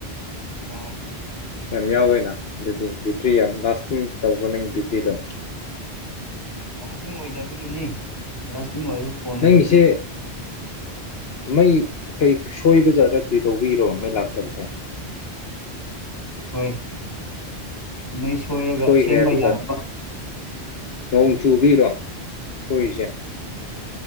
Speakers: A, on the left; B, on the left.
A: ꯌꯥꯎꯋꯦ
B: ꯑꯁ ꯌꯥꯝ ꯌꯥꯎꯋꯦꯅ ꯑꯗꯨꯗꯤ ꯕꯦꯇ꯭ꯔꯤ ꯌꯥꯝ ꯂꯥꯁꯇꯤꯡ ꯇꯧꯒꯅꯤ ꯕꯦꯇ꯭ꯔꯤꯗꯣ
A: ꯂꯥꯁꯇꯤꯡ ꯑꯣꯏꯗꯕꯒꯤꯅꯦ ꯂꯥꯁ ꯇꯤꯡ ꯑꯣꯏꯕ ꯐꯣꯟ ꯑꯣꯏꯔꯗꯤ
B: ꯅꯪꯒꯤꯁꯦ ꯃꯩ ꯀꯩ ꯁꯣꯏꯕꯖꯥꯠꯂꯥ ꯀꯔꯤ ꯇꯧꯕꯤꯔꯣ ꯃꯩ ꯂꯥꯛꯇꯕꯤꯁꯦ
A: ꯍꯣꯏ ꯃꯩ ꯁꯣꯏꯔꯒ
B: ꯁꯣꯏꯈ꯭ꯔꯦ
A: ꯁꯦꯝꯕ
B: ꯍꯥꯏꯕ
A: ꯌꯥꯗꯕ
B: ꯖꯥꯠ ꯅꯣꯡ ꯆꯨꯕꯤꯔꯣ ꯐꯨꯏꯁꯦ